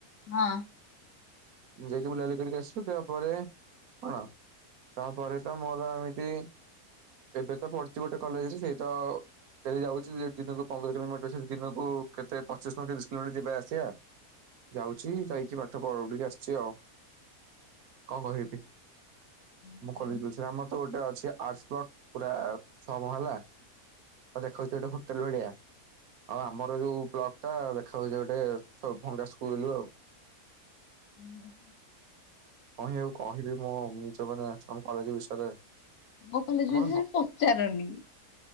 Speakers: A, on the left; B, on the right.
A: ହଁ
B: ଯାଇକି ବୁଲାବୁଲି କରିକି ଆସିଲୁ ତାପରେ କଣ ତାପରେ ତ ମୋର ଏମିତି ଏବେ ତ ପଢୁଛି ଗୋଟେ କଲେଜରେ ସେଇ ତ ଡେଲି ଯାଉଛି ଦିନକୁ ପନ୍ଦର କିଲୋମିଟର ସେ ଦିନକୁ କେତେ ପଚିଶ ନ ତିରିଶ କିଲୋମିଟର ଯିବା ଆସିବା ଯାଉଛି ଯାଇକି ପାଠ ପଢିକି ଆସିଛି। <unintelligible> କଣ କହିବି
A: ଏଇ
B: ମୁଁ କଲେଜ ଆମର ତ ଗୋଟେ ଅଛି ଆଡ଼ସ୍ ବ୍ଲକ ପୁରା ସମ ହେଲା ଆ ଦେଖାଉଛି ଗୋଟେ ହୋଟେଲ ଭଡିଆ ଆଉ ଆମର ଯୋଉ ବ୍ଲକ ଟା ଦେଖା ହଉଛି ଗୋଟେ ଭଙ୍ଗା ସ୍କୁଲୁ ଆଉ
A: ହଁ
B: କଣ ଆଉ କହିବି ମୁଁ ନିଜ ମାନେ ଆମ କଲେଜ ବିଷୟରେ
A: ମୋ କଲେଜ
B: ଆମର
A: ବିଷୟରେ ପଚାରନି